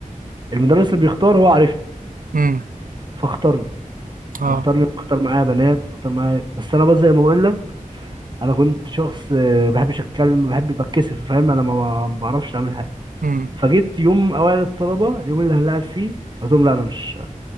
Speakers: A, on the right; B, on the right.
A: المدرس اللي بيختار هو عارفني
B: امم
A: فاختارني
B: اه
A: واختارني واختار معايا بنات واختار معايا بس انا بقى زي ما بقول لك انا كنت شخص آه، ما بحبش اتكلم ما بحبش بتكسف فاهم انا ما ما- ما بعرفش اعمل
B: امم
A: فجيت يوم اوائل الطلبه اليوم اللي هنلعب فيه قلت لهم لا انا مش